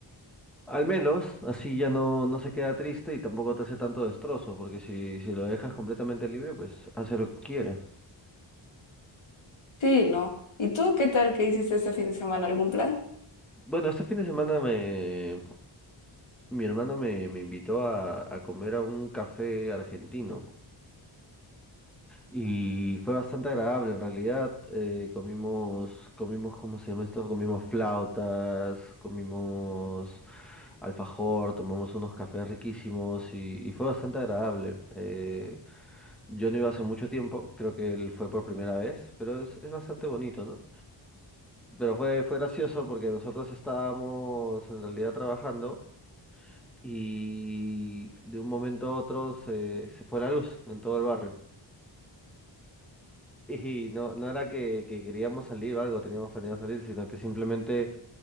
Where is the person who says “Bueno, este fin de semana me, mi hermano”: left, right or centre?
Centre